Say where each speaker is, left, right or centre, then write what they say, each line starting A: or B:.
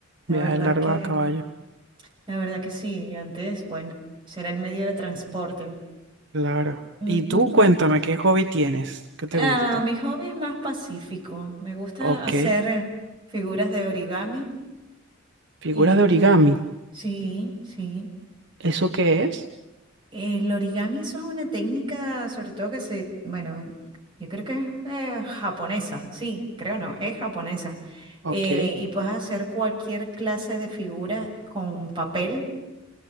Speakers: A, on the right; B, on the right.
A: La
B: viajes
A: verdad
B: largos
A: que,
B: a caballo,
A: la verdad que sí. Antes, bueno, será el medio de transporte.
B: claro.
A: Ujú.
B: Y tú cuéntame, ¿qué hobby tienes? ¿Qué te
A: Ah,
B: gusta?
A: mi hobby es más pacífico. Me gusta
B: Ok,
A: hacer eh, figuras de origami
B: figuras
A: y
B: de origami.
A: sí, sí.
B: ¿Eso qué es?
A: Eh, El origami, eso es una técnica, sobre todo que se, bueno, yo creo que es eh, japonesa, sí, creo no, es japonesa.
B: Ok,
A: Eh, y puedes hacer cualquier clase de figura con papel